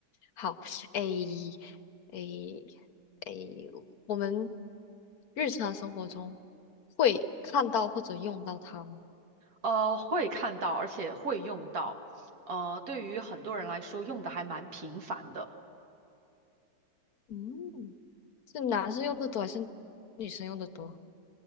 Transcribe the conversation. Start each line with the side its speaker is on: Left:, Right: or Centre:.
Left: 好，诶，诶，诶，我们日常生活中会看到或者用到它吗？
Right: 呃，会看到，而且会用到，呃，对于很多人来说，用的还蛮频繁的。
Left: 嗯，是男生用的多还是女生用的多？